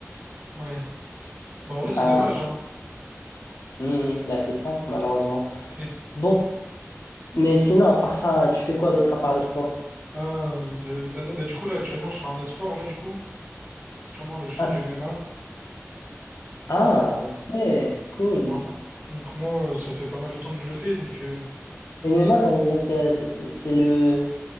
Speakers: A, on the right; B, on the left.
A: Ouais.
B: C'est
A: Bon, en vrai, c'est
B: un-
A: dommage, hein.
B: Hmm, ben, c'est ça, malheureusement.
A: Et,
B: Bon, mais sinon, à part ça, tu fais quoi d'autre à part le sport?
A: ah, euh, ben, ah, bah, du coup, là, actuellement, je fais un autre sport, là, du coup. Actuellement, là, je fais
B: Ah,
A: du MMA.
B: ah,
A: Euh,
B: ok, cool.
A: donc, vraiment. Donc, moi, euh, ça fait pas mal de temps que je le fais. Donc, euh,
B: MMA, ça veut dire que c'est c'est- c'est le,